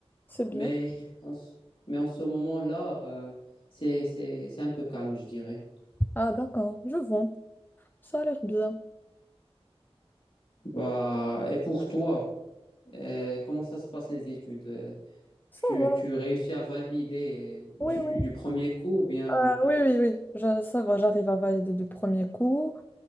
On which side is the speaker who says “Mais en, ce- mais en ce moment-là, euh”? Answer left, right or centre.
Left